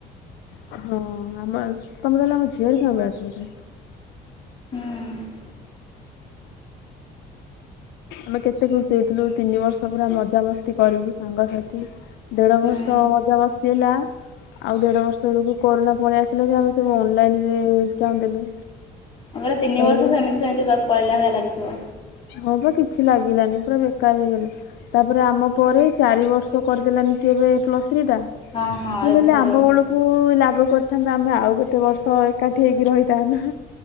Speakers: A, on the left (about 85°); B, on the left (about 30°).
A: ହଁ ଆମର ଅଛି। ତମେ ତାହେଲେ ଆମର ଝିଅ ହେରିକ ଙ୍କ ବାଚ୍ ର।
B: ହୁଁ,
A: ଆମେ କେତେ ଖୁସି ହେଇଥିଲୁ ତିନି ବର୍ଷ ପୁରା ମଜାମସ୍ତି କରିବୁ ସାଙ୍ଗସାଥି। ଦେଢ଼
B: ହୁଁ
A: ବର୍ଷ ମଜାମସ୍ତି ହେଲା। ଆଉ ଦେଢ଼ ବର୍ଷ ବେଳକୁ କୋରୁନା ପଳେଇ ଆସିଲା ଯେ ଆମେ ସବୁ ଅନଲାଇନରେ ଇଜ୍ଜାମ୍ ଦେଲୁ।
B: ଆମର ତିନି
A: ତାପରେ
B: ବର୍ଷ ସେମିତି-ସେମିତି ଦ ପଳେଇଲା ଭଳିଆ ଲାଗିଥିବ।
A: ହଁ ବା କିଛି ଲାଗିଲାନି ପୁରା ବେକାର ହେଇଗଲା। ତାପରେ ଆମ ପରେ ଚାରି ବର୍ଷ କରିଦେଲାନି କି ଏବେ ପ୍ଲସ୍ ଥ୍ରୀ ଟା। ମୁଁ
B: ହଁ ହଁ ଏବେ
A: ହଲେ
B: ଚାରି
A: ଆମ
B: ବର୍ଷ
A: ବେଳକୁ ହୁ ଲାଗୁ କରିଥାନ୍ତା ଆମେ ଆଉ ଗୋତେ ବର୍ଷ ଏକାଠି ହେଇକି ରହିଥାନ୍ତା।